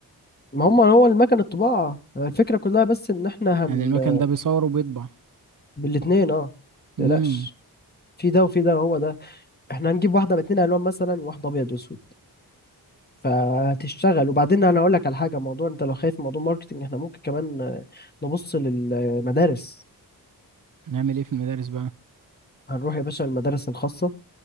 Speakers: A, on the left; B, on the right.
A: ما هم هو المكن الطباعه آه، الفكره كلها بس ان احنا
B: يعني
A: هن
B: المكن ده بيصور وبيطبع
A: بالاثنين اه
B: امم
A: متقلقش في ده وفي ده هو ده احنا هنجيب واحده باتنين الوان مثلا واحده ابيض واسود فهتشتغل وبعدين انا اقول لك على حاجه موضوع انت لو خايف من موضوع الماركتنج احنا ممكن كمان آه، نبص للمدارس
B: نعمل ايه في المدارس بقى
A: هنروح يا باشا المدارس الخاصه